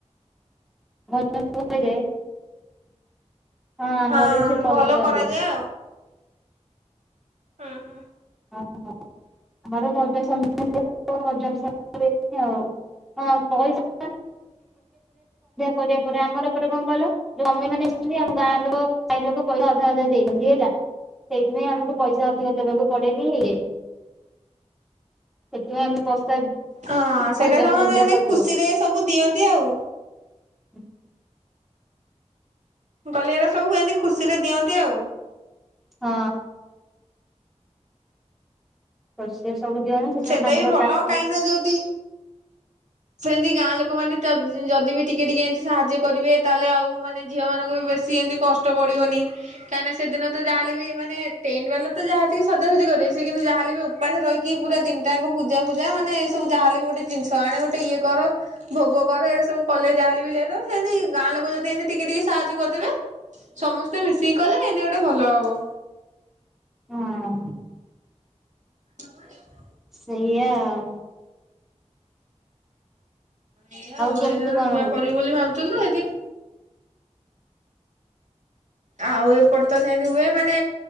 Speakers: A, in the centre; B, on the right (about 80°).
A: <unintelligible> ଆମର
B: ହଁ
A: ବି ସେ ଚଳିତ
B: ଭଲ
A: କରେ।
B: କରାଯାଏ ଆଉ। ହୁଁ ହୁଁ।
A: ହଁ ହଁ ଆମରବଡ <unintelligible> ଆମର ଭଜନସନ୍ଧ୍ୟା ବି ହୁଏ ଆଉ ପଇସା ପରେ ଆମର ଏପଟେ କଣ କହିଲ ଜମି ମାନ ଆସିଛନ୍ତି ଆମ ଗାଁ ଲୋକ ସାଇ ଲୋକ ପଇସା ଅଧା ଅଧା ଦେଇଛନ୍ତି ହେଲା ସେଇଥିପାଇଁ ଆମକୁ ପଇସା ଅଧିକ <unintelligible> ଦେବାକୁ ପଡେନି ହ ସେଥିପାଇଁ ଆମେ
B: ହଁ ସେଇଟା
A: ଭଜନ
B: ସେମାନେ
A: ସନ୍ଧ୍ୟା କରିଦଉ।
B: ଖୁସିରେ ସବୁ ଦିଅନ୍ତି ଆଉ।
A: ହୁଁ।
B: ଗଲେ ଏରା ସବୁ ଏମିତି ଖୁସିରେ ଦିଅନ୍ତି ଆଉ।
A: ହଁ। <unintelligible> ସେଥିପାଇଁ
B: ସେଟା
A: ତାଙ୍କ
B: ବି ଭଲ
A: ଡାକୁ
B: କାହିଁ ନା ଯଦି ସେମିତି ଗାଁ ଲୋକ ମାନେ ତଦ୍ ଯଦି ବି ଟିକେ ଟିକେ ଏମିତି ସାହାଯ୍ୟ କରିବେ ତାହେଲେ ଆଉ ମାନେ ଝିଅ ମାନଙ୍କୁ ବି ବେଶି ଏମିତି କଷ୍ଟ ପଡିବନି କାହିଁକି ନା ସେଦିନ ତ ଯାହାେଲେ ବି ମାନେ ଟେଣ୍ଟ ବାଲା ତ ଯାହା ଆସିଅଛି ସଜାସଜି କରିବେ ସେ କିନ୍ତୁ ଯାହାଲେ ବି ଉପାସରେ ରହିିକି ପୁରା ଦିନଟାଯାଙ୍କ ପୂଜା ଫୂଜା ମାନେ ଏ ସବୁ ଯାହାେଲେ ବି ଗୋଟେ ଜିନିଷ ଆଣେ ଟେ ଇଏ କର ଭୋଗ କର ଏ ସବୁ କଲେ ଯାହେଲେ ବି ଲେଟ୍ ହବ ସେମତି ଗାଁ ଲୋକ ଯଦି ଏମିତି ଟିକେ ଟିକେ ସାହାଯ୍ୟ କରିଦେବେ ସମସ୍ତେ ମିଶିକି କଲେ ଏମତି ଗୋଟେ ଭଲ ହବ।
A: ହଁ।
B: <inaudible>
A: ସେଇୟା ଆଉ।
B: ଏଇଆ ଆଉ
A: କେମିତି
B: ଏଇଠାରେ ଗୋଟେ
A: କଣ
B: ନୂଆ
A: ହୁଏ?
B: କରିବୁ ବୋଲି <unintelligible> ଆଉ ଏପଟେ ତ ସେମତି ହୁଏ ମାନେ